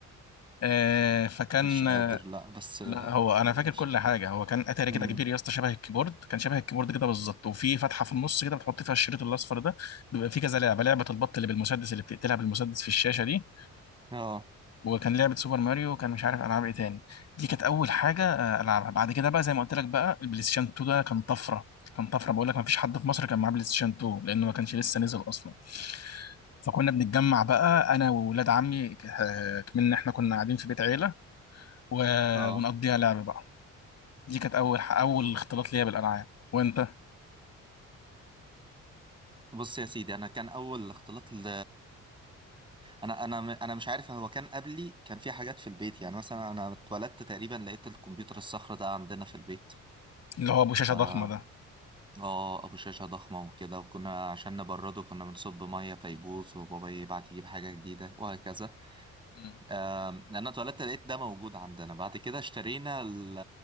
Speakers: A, on the left; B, on the right.
A: آه، فكان
B: مش قادر
A: آه،
B: لا بس آه،
A: لا هو انا
B: مش
A: فاكر كل حاجه هو كان اتاري
B: امم
A: كده كبير يا اسطى شبه الكيبورد كان شبه الكيبورد كده بالظبط وفي فتحه في النص كده بتحط فيها الشريط الاصفر ده بيبقى فيه كذا لعبه لعبه البط اللي بالمسدس اللي بتقتلها بالمسدس في الشاشه دي
B: اه
A: وكان لعبة سوبر ماريو وكان مش عارف ألعاب إيه تاني دي كانت أول حاجة آه، ألعبها بعد كده بقى زي ما قلت لك بقى البلاي ستيشن 2 ده كان طفرة كان طفرة بقول لك ما فيش حد في مصر كان معاه بلاي ستيشن 2 لأنه ما كانش لسه نزل أصلا فكنا بنتجمع بقى أنا وولاد عمي آه، من إحنا كنا قاعدين في بيت عيلة و...
B: اه
A: ونقضيها لعب بقى دي كانت أول ح... أول اختلاط ليا بالألعاب وأنت
B: بص يا سيدي انا كان اول اختلاط ل... انا انا م- انا مش عارف هو كان قبلي كان في حاجات في البيت يعني مثلا انا اتولدت تقريبا لقيت الكمبيوتر الصخر ده عندنا في البيت
A: اللي هو أبو شاشة
B: آه،
A: ضخمة ده
B: اه ابو شاشه ضخمه وكده وكنا عشان نبرده كنا بنصب ميه فيبوظ وبابا يبعت يجيب حاجه جديده وهكذا
A: مم.
B: آم، انا اتولدت لقيت ده موجود عندنا بعد كده اشترينا ال-